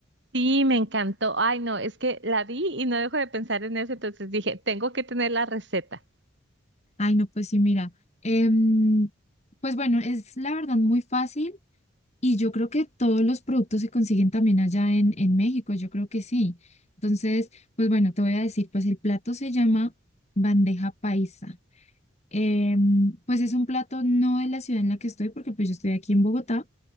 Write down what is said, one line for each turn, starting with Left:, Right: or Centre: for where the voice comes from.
Right: Sí, me encantó. Ay, no, es que la vi y no dejo de pensar en eso, entonces dije, tengo que tener la receta.
Left: Ay, no, pues sí, mira. em, pues bueno, es la verdad muy fácil. Y yo creo que todos los productos se consiguen también allá en, en México, yo creo que sí. Entonces, pues bueno, te voy a decir, pues el plato se llama bandeja paisa. Em, pues es un plato no de la ciudad en la que estoy, porque pues yo estoy aquí en Bogotá,